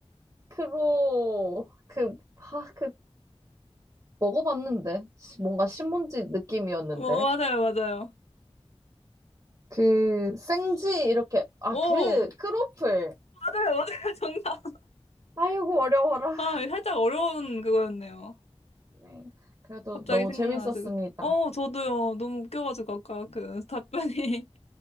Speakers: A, on the right (about 35°); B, on the left (about 85°).
A: 크로, 그, 하, 그, 먹어봤는데. 뭔가 신문지 느낌이었는데.
B: 오, 맞아요, 맞아요.
A: 그, 생지, 이렇게. 아,
B: 오,
A: 그, 크로플.
B: 맞아요, <laughs> 맞아요. 정답.
A: 아이고, 어려워라.
B: 아, 살짝 어려운 그거였네요.
A: 네. 그래도
B: 갑자기
A: 너무
B: 생각나가지고.
A: 재밌었습니다.
B: 어, 저도요. 너무 웃겨가지고 아까 그 답변이.